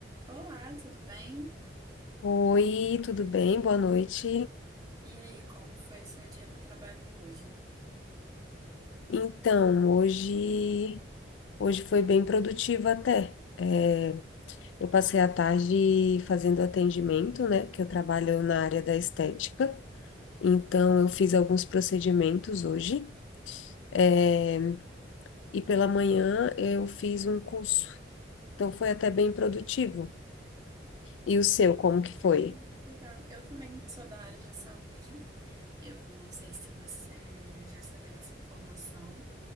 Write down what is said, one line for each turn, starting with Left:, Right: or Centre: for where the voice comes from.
Right: Olá, tudo bem?
Left: Oi, tudo bem? Boa noite.
Right: E aí, como foi seu dia no trabalho hoje?
Left: Então, hoje, hoje foi bem produtivo até. É, eu passei a tarde fazendo atendimento, né? Que eu trabalho na área da estética. Então, eu fiz alguns procedimentos hoje. É, E pela manhã eu fiz um curso. Então, foi até bem produtivo. E o seu, como que foi?
Right: Hum, Legal. Eu também sou da área da saúde. Eu não sei se você já sabia dessa informação,